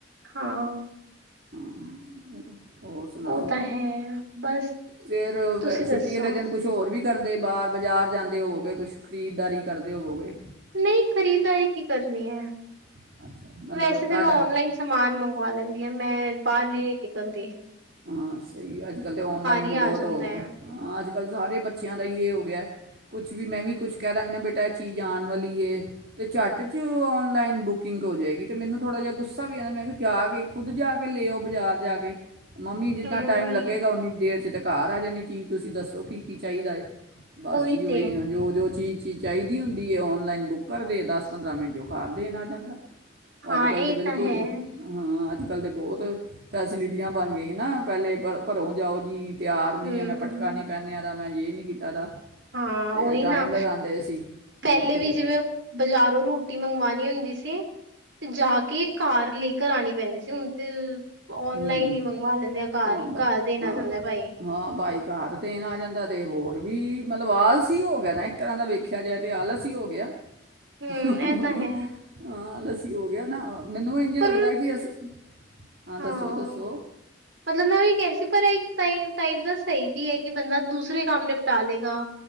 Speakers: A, on the right (about 80°); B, on the right (about 55°).
A: ਹਾਂ
B: <inaudible> ਹੋਰ ਸੁਨਾਓ।
A: ਉਹ ਤਾਂ ਹੈ ਬਸ
B: ਫੇਰ
A: ਤੁਸੀਂ ਦੱਸੋ
B: ਛੁੱਟੀ ਅਲੇ ਦਿਨ ਕੁਸ਼ ਹੋਰ ਵੀ- ਕਰਦੇ ਬਾਰ ਬਜ਼ਾਰ ਜਾਂਦੇ ਹੋਵੋਗੇ। ਕੁਸ਼ ਖਰੀਦਦਾਰੀ ਕਰਦੇ ਹੋਵੋਗੇ।
A: ਨਈ ਖਰੀਦਾਰੀ ਕੀ ਕਰਨੀ ਐ।
B: ਅੱਛਾ ਮਤਲਬ
A: ਵੈਸੇ ਤੇ
B: ਤੁਹਾਡਾ
A: ਮੈਂ ਔਨਲਾਈਨ ਸਮਾਨ ਮੰਗਵਾ ਲੈਂਨੀ ਆਂ। ਮੈਂ ਬਾਹਰ <inaudible> ਨਿਕਲ ਦੀ।
B: ਹਾਂ ਸਈ ਅੱਜ ਕੱਲ੍ਹ ਤਾਂ ਔਨਲਾਈਨ
A: ਹੀ
B: ਵੀ ਬੋਤ
A: ਆ ਜਾਂਦਾ
B: ਹੋ ਗਿਆ।
A: ਹੈ।
B: ਅੱਜ ਕੱਲ੍ਹ ਸਾਰੇ ਬੱਚਿਆਂ ਦਾ ਈ ਏ ਹੋ ਗਿਆ। ਕੁਛ ਵੀ ਮੈਂ ਵੀ ਕੁਛ ਕਹਿ ਦਾਂਗੀ ਨਾ ਬੇਟਾ ਇਹ ਚੀਜ਼ ਆਨ ਵਲੀ ਏ ਤੇ ਝੱਟ ' ਚ ਔਨਲਾਈਨ ਬੁਕਿੰਗ ਹੋ ਜਏਗੀ। ਤੇ ਮੈਨੂੰ ਥੋੜ੍ਹਾ ਜਿਹਾ ਗੁੱਸਾ ਵੀ ਆਦ ਮੈਂ ਕਿਹਾ ਜਾ ਕੇ ਖੁੱਦ ਜਾ ਕੇ ਲੈ ਆਓ ਬਜ਼ਾਰ ਜਾ ਕੇ। ਮੰਮੀ ਜਿਤਨਾ
A: ਹੂੰ,
B: ਟਾਈਮ ਲੱਗੇਗਾ ਓਨੀ ਦੇਰ 'ਚ ਤੇ ਘਾਰ- ਘਰ ਆ ਜਾਣੀ ਚੀਜ਼ ਤੁਸੀਂ ਦੱਸੋ ਕੀ ਕੀ ਚਾਈਦਾ ਏ? ਬਸ
A: ਉਹੀ
B: ਜੀ
A: ਤੇ
B: ਓਹੀ ਨਾ ਜੋ ਜੋ ਚੀਜ਼- ਚੀਜ਼ ਚਾਹੀਦੀ ਹੁੰਦੀ ਏ ਔਨਲਾਈਨ ਬੁੱਕ ਕਰਦੇ। ਦਸ ਪੰਦਰਾਂ ਮਿੰਟ 'ਚ ਓ ਘਰ ਦੇਣ ਆ ਜਾਂਦਾ।
A: ਹਾਂ
B: ਅੱਜ ਕੱਲ੍ਹ
A: ਇਹ
B: ਤੇ ਬਿਲਕੁਲ
A: ਤਾਂ ਹੈ
B: ਹਾਂ ਅੱਜ- ਅੱਜ ਕੱਲ ਦੇ ਬੋਤ ਫੈਸਿਲਿਟ ਟੀਆਂ ਬਨ ਗੀਆਂ ਨਾ ਪਹਿਲੇ ਘਰੋਂ ਜਾਓ ਜੀ। ਤਿਆਰ ਨੀ
A: ਹੂੰ।
B: ਏ। ਮੈਂ ਪਟਕਾ ਨਹੀਂ ਪਹਿਨਿਆ ਦਾ। ਮੈਂ ਜੇ ਨੀ ਕੀਤਾ ਦਾ।
A: ਹਾਂ
B: ਅਤੇ
A: ਓਹੀ
B: ਟਾਈਮ
A: -ਨਾ
B: ਲਗਾਉਂਦੇ ਸੀ
A: ਪਹਿਲੇ
B: ਹੁਣ ਤੇ
A: ਵੀ ਜਿਵੇਂ ਬਜ਼ਾਰੋਂ ਰੋਟੀ ਮੰਗਵਾਣੀ ਹੁੰਦੀ ਸੀ। ਤੇ ਜਾ ਕੇ ਘਾਰ ਲੈਕਰ ਆਣੀ ਪੈਂਦੀ ਸੀ। ਹੁਣ ਤੇ- ਔਨਲਾਈਨ
B: ਹਮ-
A: ਹੀ ਮੰਗਵਾ ਲੈਂਦੇ ਆ ਘਰ
B: ਹ
A: ਘਰ ਦੇਣਾ
B: -ਹਾਂ
A: ਜਾਂਦਾ ਭਾਈ
B: -ਹਾਂ ਭਾਈ ਘਰ ਦੇਣ ਆ ਜਾਂਦਾ ਤੇ ਹੋਰ ਵੀ ਮਤਲਬ ਆਲਸ ਈ ਹੋ ਗਿਆ ਨਾ ਇੱਕ ਤਰ੍ਹਾਂ ਦਾ। ਵੇਖਿਆ ਜਾਏ ਤੇ ਆਲਸ ਈ ਹੋ ਗਿਆ।
A: ਹੂੰ
B: ਹੂਹੂ
A: ਇਹ ਤਾਂ ਹੈ
B: ਹਾਂ ਆਲਸ। ਹੋ ਗਿਆ ਨਾ। ਮੈਨੂੰ ਇੰਝ ਲੱਗਦਾ
A: ਪਰ
B: ਕਿ ਅਸੀਂ-
A: ਹਾਂ
B: ਦੱਸੋ ਦੱਸੋ
A: -ਮਤਲਬ ਮੈਂ ਉਹੀ ਕਹ ਰਹੀ ਸੀ ਪਰ ਇਕ- ਇੱਕ ਸਹੀ ਵੀ ਹੈ ਕਿ ਬੰਦਾ ਦੂਸਰੇ ਕੰਮ ਨਿਪਟਾ ਲੇਗਾ।